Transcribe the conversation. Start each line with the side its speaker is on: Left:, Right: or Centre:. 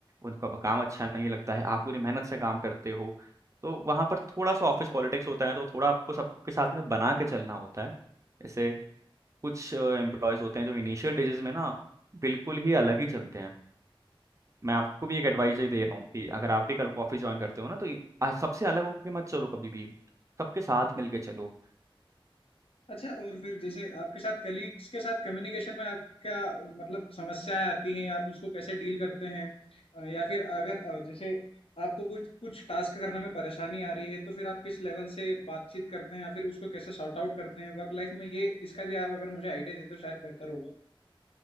Right: उनका काम अच्छा नहीं लगता है आप पूरी मेहनत से काम करते हो तो वहां पर थोड़ा सा ऑफिस पॉलिटिक्स होता है तो थोड़ा आपको सबके साथ में बना के चलना होता है जैसे कुछ एम्प्लॉयज होते हैं जो इनिशियल डेजेस में ना बिल्कुल ही अलग ही चलते हैं मैं आपको भी एक एडवाइस ही दे रहा हूँ कि अगर आप भी कल कॉफी ज्वाइन करते हो ना तो ये- आ- सबसे अलग होके मत चलो कभी भी सबके साथ मिलके चलो
Left: अच्छा और फिर जैसे आपके साथ कलीग्स के साथ कम्युनिकेशन में आप क्या मतलब समस्याएं आती हैं आप उसको कैसे डील करते हैं अ, या फिर अगर अ, जैसे आपको कुछ कुछ टास्क करने में परेशानी आ रही है तो फिर आप किस लेवल से बातचीत करते हैं या फिर उसको कैसे सॉर्ट आउट करते हैं वर्क लाइफ में ये इसका भी आप अगर मुझे आइडिया दे तो शायद बेहतर होगा